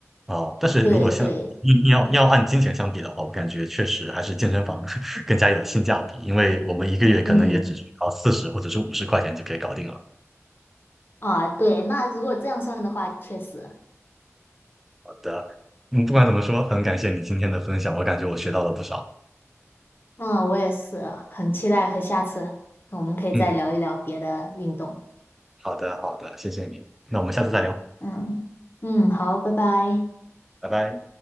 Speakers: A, in the centre; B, on the left (about 45°).
A: 啊，但是如果像你你要要按金钱相比的话，
B: 对对，
A: 我感觉确实还是健身房 <laughs> 更加有性价比，因为我们一个月可能也只需要四十或者是五十块钱就可以搞定了。
B: 嗯啊，对，那如果这样算的话，确实，
A: 好的，嗯，不管怎么说，很感谢你今天的分享，我感觉我学到了不少。
B: 嗯，我也是很期待和下次我们可以再聊一聊别的运动。
A: 嗯，好的，好的，谢谢你，那我们下次再聊，
B: 嗯嗯，好，拜拜。
A: 拜拜。